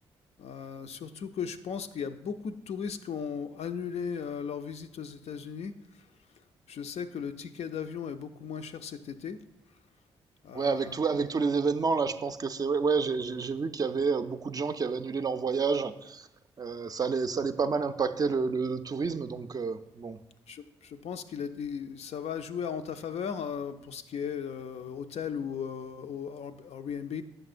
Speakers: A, on the left; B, on the right.
A: heu, surtout que je pense qu'il y a beaucoup de touristes qui ont annulé, heu, leur visite aux États-Unis. Je sais que le ticket d'avion est beaucoup moins cher cet été. Heu,
B: Ouais, avec tout, avec tous les événements, là, je pense que c'est... Ouais, ouais, j'ai, j'ai j'ai vu qu'il y avait euh, beaucoup de gens qui avaient annulé leur voyage. Euh, ça allait, ça allait pas mal impacter le, le tourisme, donc euh, bon,
A: je je pense qu'il est i ça va jouer en ta faveur, heu, pour ce qui est, heu, hôtel ou, heu, ou Air Airbnb.